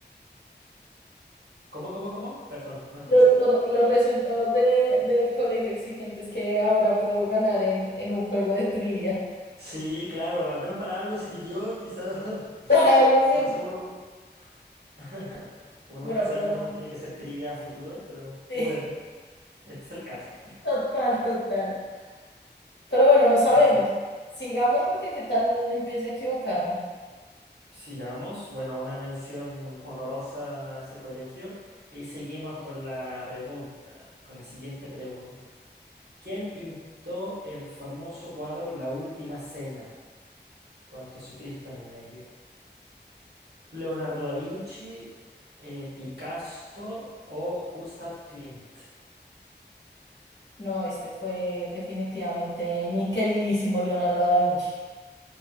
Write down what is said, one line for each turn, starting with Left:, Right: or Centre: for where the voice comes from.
Right: ¿Cómo, cómo, cómo? Perdón, no escuché.
Left: Los, los- los resultados de, del colegio exigentes que ahora puedo ganar en, en un juego de trivia.
Right: Sí, claro, al menos para algo sirvió, quizás. <laughs>
Left: <laughs> Para algo sirve.
Right: No sé, uno, nu- <laughs> uno
Left: Bueno,
Right: nunca sabe
Left: pero
Right: cuándo
Left: no.
Right: tiene que ser trivia a futuro, pero
Left: <laughs>
Right: bueno,
Left: Sí,
Right: este es el caso.
Left: total, total. Pero bueno, no sabemos.
Right: Exacto.
Left: Sigamos porque qué tal empiece a equivocarme.
Right: Sigamos, bueno, una mención honorosa a ese colegio y seguimos con la pregunta, con la siguiente pregunta. ¿Quién pintó el famoso cuadro La Última Cena con Jesucristo en el medio? ¿Leonardo da Vinci, eh, Picasso o Gustav Klimt?
Left: No, este fue definitivamente mi queridísimo Leonardo da Vinci.